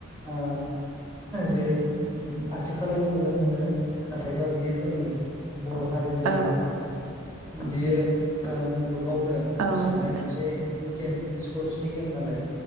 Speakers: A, on the left; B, on the right.
A: ओ जे उम आथिखालावबो नुनो मोनो। नाथायबा बियो जोंनि बर' हारिनिल'
B: औ
A: नङा बियो ओ मुलुगावनो
B: औ
A: गोसारनाय
B: नोंथां
A: मोनसे गेम सिपरसनि गेम नालाय